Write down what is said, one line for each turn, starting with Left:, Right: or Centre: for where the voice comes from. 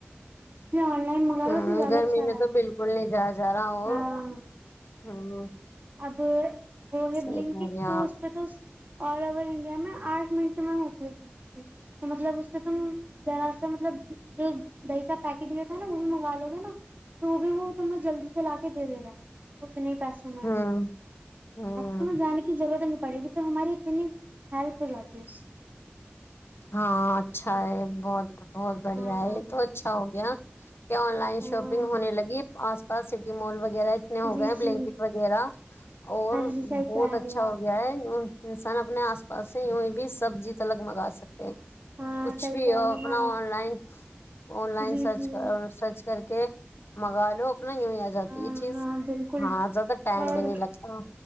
Right: لیے آن لائن منگا
Left: ہوں
Right: لو تو زیادہ
Left: گرمی
Right: اچھا
Left: میں
Right: رہتا
Left: تو
Right: ہے
Left: بالکل نہیں جایا جا رہا اور
Right: ہاں
Left: ہوں
Right: اب وہ ہے
Left: صحیح
Right: بلنکٹک
Left: کہہ رہی
Right: تو
Left: آپ
Right: اس پہ تو آل اوور انڈیا میں آٹھ منٹ میں ہوتی تھی تو مطلب اس سے تم ذرا سا مطلب جو دہی کا پیکٹ ہویا تھا نا وہ بھی منگوا لو گے نا تو وہ بھی وہ تمیں جلدی سے لا کے دے دے گا اتنے پیسوں میں
Left: ہاں ہاں
Right: تمہیں جانے کی ضرورت نہیں پڑے گی تو ہماری اتنی ہیلپ ہو جاتی ہے اس سے
Left: ہاں اچھا ہے بہت بڑ بہت بڑھیا
Right: ہاں
Left: ہے تو اچھا ہو گیا <unintelligible> کیا آن لائن
Right: ہاں
Left: شاپنگ ہونے لگی آس پاس سٹی مال وغیرہ وغیرہ اتنے ہو
Right: جی
Left: گئے ہیں
Right: جی
Left: بلینکٹ وغیرہ اور
Right: ہاں جی صحیح
Left: بہت
Right: کہہ
Left: اچھا
Right: رہے آپ
Left: ہو گیا ہے انسان اپنے آس پاس سے یوںیں بھی سبزی تلک منگا سک
Right: ہاں
Left: کچھ
Right: صحیح
Left: بھی
Right: کہہ
Left: ہو
Right: رہے
Left: اپنا
Right: ہیں آپ
Left: آن لائن آن لائن
Right: جی
Left: سرچ
Right: جی
Left: سرچ کر کے منگا لو ا یوں ہی آ جاتی
Right: ہاں
Left: یہ چیز
Right: ہاں بالکل
Left: ہاں زیادہ ٹائم
Right: اور
Left: بھی نہیں لگتا